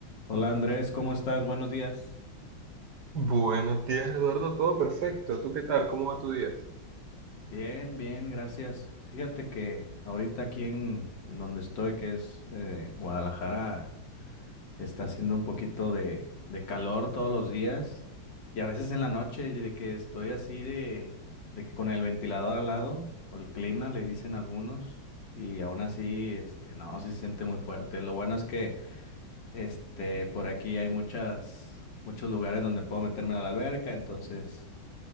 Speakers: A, on the left; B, on the right.
A: Hola Andrés, ¿cómo estás? Buenos días.
B: Buenos días, Eduardo. Todo perfecto. ¿Tú qué tal? ¿Cómo va tu día?
A: Bien, bien, gracias. Fíjate que ahorita aquí en, en donde estoy, que es eh, Guadalajara, está haciendo un poquito de, de calor todos los días y a veces en la noche y de que estoy así de, de que con el ventilador al lado o el clima le dicen algunos y aún así, este, no, sí se siente muy fuerte. Lo bueno es que este, por aquí hay muchas, muchos lugares donde puedo meterme a la alberca, entonces...